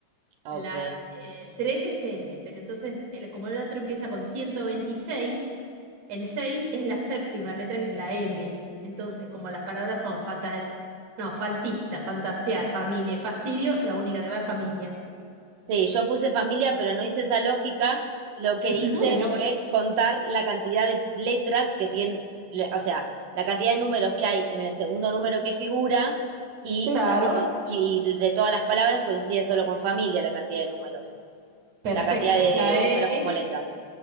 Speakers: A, on the right; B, on the right.
A: ok.
B: La eh, 3 es L, pero entonces, el- como el otro empieza con ciento veintiséis el 6 es la séptima letra que es la M. Entonces, como las palabras son fatal, no, faltista, fantasear, familia y fastidio, la única que va es familia.
A: Sí, yo puse familia, pero no hice esa lógica. Lo que
B: <laughs>
A: hice
B: Bueno,
A: fue contar la cantidad de letras que tiene, le- o sea, la cantidad de números que hay en el segundo número que figura y,
B: claro,
A: de- con- y de todas las palabras coincide solo con familia la cantidad de números,
B: perfecto.
A: la cantidad de
B: O sea, e-
A: números como
B: es,
A: letras.